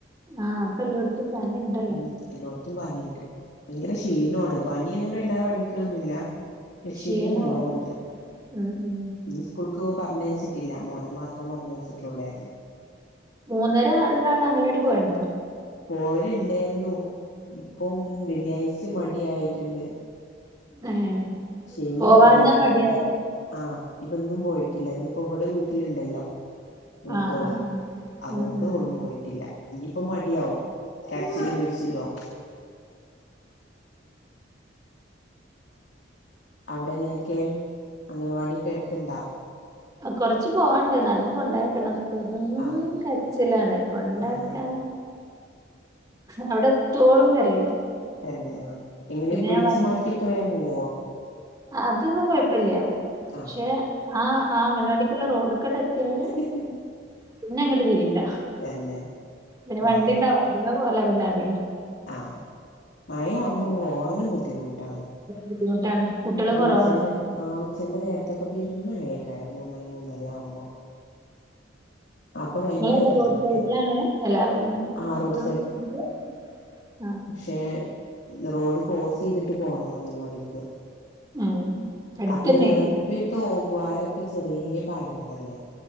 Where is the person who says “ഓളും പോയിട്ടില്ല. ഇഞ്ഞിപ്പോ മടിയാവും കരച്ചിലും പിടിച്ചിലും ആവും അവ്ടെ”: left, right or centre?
Left